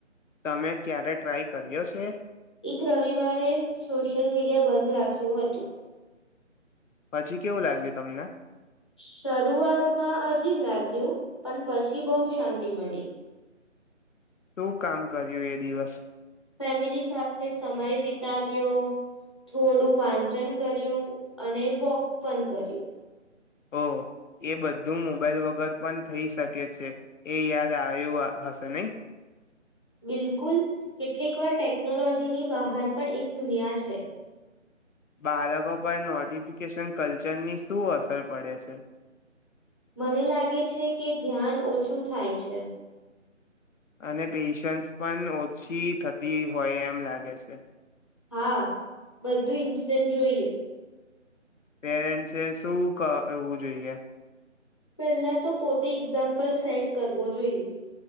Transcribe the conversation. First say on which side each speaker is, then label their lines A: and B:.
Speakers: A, on the left; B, on the left.
A: તમે ક્યારે ટ્રાય કર્યો છે
B: એક રવિવારે સોશિયલ મીડિયા બંધ રાખ્યું હતું
A: પછી કેવું લાગ્યું તમને
B: શરૂઆતમાં અજીબ લાગ્યું પણ પછી બહુ શાંતિ મળી
A: શું કામ કર્યું એ દિવસ
B: ફેમિલી સાથે સમય વિતાવ્યો થોડું વાંચન કર્યું અને વોક પણ કર્યું
A: ઓ એ બધું મોબાઈલ વગર પણ થઈ શકે છે એ યાદ આવ્યું હશે નહી
B: બિલકુલ કેટલીક વાર ટેકનોલોજીની બહાર પણ એક દુનિયા છે
A: બાળકો પર નોટિફિકેશન કલ્ચરની શું અસર પડે છે
B: મને લાગે છે કે ધ્યાન ઓછું થાય છે
A: અને પેશન્સ પણ ઓછી થતી હોય એમ લાગે છે
B: હા બધું ઇન્સ્ટન્ટ જોઈએ
A: પેરેન્ટ એ શું કરવું જોઈએ
B: પહેલા તો પોતે એક્ઝામ્પલ સેટ કરવો જોઈએ